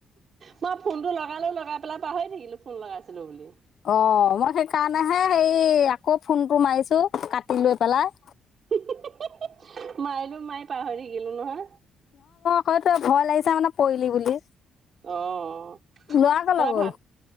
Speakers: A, on the right; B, on the left.
A: মই ফোন টো লগালো লগাই পেলাই পাহৰি থাকিলো ফোন লগাইছিলো বুলি
B: অ মই সেইকাৰণেহে হেৰি আকৌ ফোনটো মাৰিছো কাটি লৈ পেলাই
A: মাৰিলো মায়ে পাহৰি থাকিলো নহয়
B: হয়ত ভয় লাগিছে মানে পৰিলি বুলি
A: অ তৰা
B: ল'ৰা কলৈ গ'ল
A: ভাত